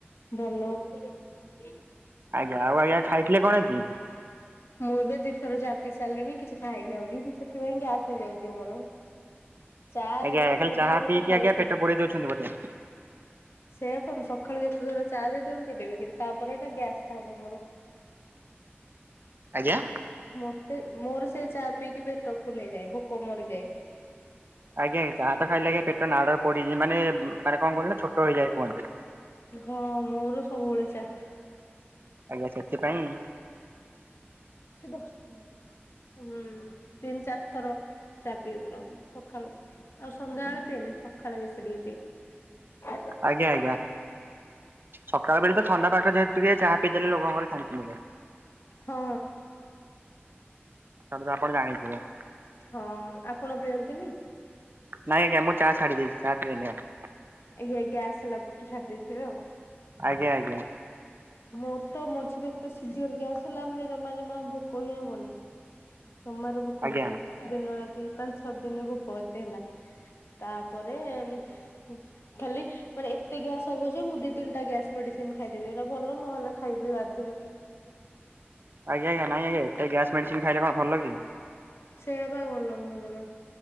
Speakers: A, on the left; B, on the right.
A: ଭଲ <inaudible>
B: ଆଜ୍ଞା ଆଉ ଆଜ୍ଞା ଖାଇଥିଲେ କଣ ଆଜି?
A: ମୁଁ ଏବେ ଦିଥର ଚା ପି ସାରିଲିଣି କିଛି ଖାଇନି ଆହୁରି ସେଥିପାଇଁ ଗ୍ୟାସ ହେଇ ଯାଉଛି ମୋର। ଚା
B: ଆଜ୍ଞା
A: ଯେତେ ଥର
B: ଖାଲି
A: ଦବ
B: ଚାହା
A: ମୁଁ
B: ପିଇକି
A: ସକାଳୁ
B: ଆଜ୍ଞା ପେଟ ପୂରେଇ ଦଉଛନ୍ତି ବୋଧେ?
A: ସେଆ ଫା ମୁଁ ସକାଳେୁ ଯେତେଥର ଚା ଦେଇଦବ ମୁ ପିଦେବି କିନ୍ତୁ ତାପରେ ଏଟା ଗ୍ୟାସ୍ ଟା ହବ ମୋର।
B: ଆଜ୍ଞା।
A: ମତେ ମୋର ସେ ଚା ପିଇକି ପେଟ ଫୁଲେଇ ଯାଏ ଭୋକ ମରିଯାଏ।
B: ଆଜ୍ଞା ଏ ଚା ତ ଖାଇଲେ ଆଜ୍ଞା ପେଟ ନାଡରେ ପଡିଛି ମାନେ ଉ ମାନେ କଣ କୁହନ୍ତି ନା ଛୋଟ ହେଇଯଏ କୁହନ୍ତି।
A: ହଁ ମୋର ସବୁବେଳେ ଚା।
B: ଆଜ୍ଞା ସେଥିପାଇଁ
A: ସେ ଦସ୍ ହୁଁ ତିନି ଚାରିଥର ଚା ପିବି ପୂରା ମୁଁ ସକାଳୁ। ଆଉ ସନ୍ଧ୍ୟାବେଳେ ପିଏନି ସକାଳେ ବେଶୀ ଟିକେ ପିଏ।
B: ଆଜ୍ଞା ଆଜ୍ଞା ସକାଳ ବେଳେ ତ ଥଣ୍ଡା ପାଠ ଯେହେତୁ ଟି ଚାହା ପିଇଦେଲେ ଲୋକଙ୍କର ଶାନ୍ତି ମିଳେ।
A: ହଁ।
B: ତାପରେ ଆପଣ ଜାଣିଥିବେ।
A: ହଁ ଆପଣ ପିଅନ୍ତିନି?
B: ନାଇଁ ଆଜ୍ଞା ମୁଁ ଚା ଛାଡ଼ି ଦେଇଛି ଚାହା ପିଉନି ଆଉ।
A: ଆଜ୍ଞା ଗ୍ୟାସ ହେଲା ପରଠୁ ଛାଡି ଦେଇଥିବେ ଆଉ।
B: ଆଜ୍ଞା ଆଜ୍ଞା
A: ମୋର ତ ମଝିରେ ଏତେ ସିଭିିୟର ଗ୍ୟାସ୍ ହେଲା ମାନେ ଜମା ଜମା ଭୋକ ହିଁ ହବନି। ଜମାରୁ ଭୋକ
B: ଆଜ୍ଞା।
A: ହବନି। ଦିନ ରାତି ପାଞ୍ଚ ଛଅ ଦିନ ଭୋକ ଏତେ ହେଲା ତାପରେ ଏମ୍ ତିି ଖାଲି ମାନେ ଏତେ ଗ୍ୟାସ ହବ ଯେ ମୁଁ ଦି ତିନିଟା ଗ୍ୟାସ ମେଡିସିନ ଖାଇଦେବି ଇରା ଭଲ ନହେଲେ ଖାଇବି ବାଧ୍ୟ ହେଇକି।
B: ଆଜ୍ଞା ଆଜ୍ଞାା ନାଇଁ ଆଙ୍ଗେ ଏତେ ଗ୍ୟାସ୍ ମେଡ଼ିସି ଖାଇଲେ କଣ ଭଲ କି?
A: ସେୟା ବା ଭଲ ନୁହଁ ଜମା।